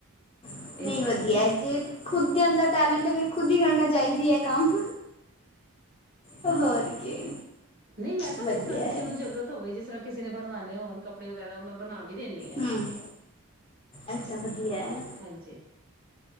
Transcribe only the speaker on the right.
ਇਸ ਕਰਕੇ।
ਨਈ ਮੈਂ ਤਾਂ
ਜਿਸਰ੍ਹਾਂ ਕਿਸੇ
ਨੂੰ ਜ਼ਰੂਰਤ ਹੋਵੇ ਜਿਸਰਾ ਕਿਸੇ ਨੇ ਬਨਵਾਣੇ ਹੋਣ ਕੱਪੜੇ ਵਗੈਰਾ ਉਹ ਮੈਂ ਬਨਾ ਵੀ ਦਿੰਦੀ ਹਾਂ
ਹਾਂਜੀ।